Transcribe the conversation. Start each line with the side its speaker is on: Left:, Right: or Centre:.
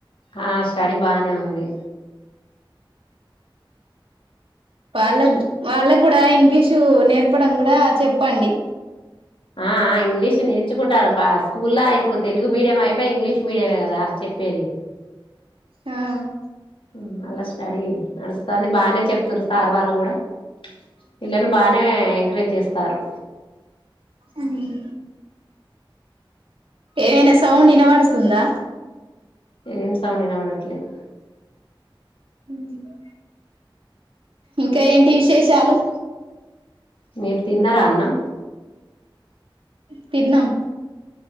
Left: ఆహ్ స్టడీ బానే ఉంది.
Right: పాలక్ వాలక్. కూడా ఇంగ్లీషు నేర్పడం కూడా చెప్పండి.
Left: ఆహ్ ఆహ్ ఇంగ్లీష్ నేర్చుకుంటారు బా స్కూల్లా ఇప్పుడు తెలుగు మీడియం అయిపోయి ఇంగ్లీష్ మీడియమే కదా చెప్. చెప్పేది.
Right: ఉమ్.
Left: ఉమ్ అల్ల స్టడీ నడుస్తుంది బానే చెప్తుంరు సార్. వాళ్ళు కూడా పిల్లల్ని బానే ఎంకరేజ్ చేస్తారు.
Right: ఉమ్. ఏమైనా సౌండ్ వినవడుతుందా.
Left: ఏం సౌండ్ ఇనవడట్లేద్.
Right: ఉమ్ ఉహూ. ఇంకా ఏంటి విశేషాలు.
Left: మీరు తిన్నార అన్నం.
Right: తిన్నం.